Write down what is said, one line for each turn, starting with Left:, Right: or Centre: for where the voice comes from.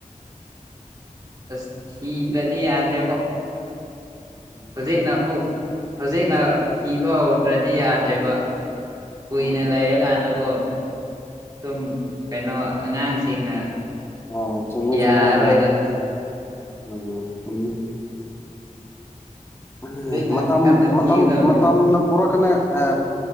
Right: ꯑꯁ ꯊꯤꯗ꯭ꯔꯗꯤ ꯌꯥꯗ꯭ꯔꯦꯕꯣ
Left: ꯎꯝ
Right: ꯍꯧꯖꯤꯛꯅ ꯑꯃꯨꯛ ꯍꯧꯖꯤꯛꯅ ꯊꯤꯕ ꯍꯧꯗ꯭ꯔꯗꯤ ꯌꯥꯗ꯭ꯔꯦꯕ ꯀꯨꯏꯅ
Left: ꯎꯝ
Right: ꯂꯩꯔꯀꯥꯟꯗꯀꯣ ꯁꯨꯝ ꯀꯩꯅꯣ ꯑꯉꯥꯡꯁꯤꯡꯅ
Left: ꯑꯣ ꯆꯨꯝꯃꯦ
Right: ꯌꯥꯔꯣꯏꯗ
Left: ꯆꯨꯝꯃꯦ ꯑꯣꯖꯥ <unintelligible> ꯑꯗꯨꯅꯦ
Right: ꯍꯧꯖꯤꯛꯅ
Left: ꯃꯇꯝ
Right: ꯀꯟꯅ
Left: ꯃꯇꯝ
Right: ꯊꯤꯒꯗꯕꯅꯤ
Left: ꯃꯇꯝꯅ ꯄꯨꯔꯛꯀꯅꯤ ꯑꯥ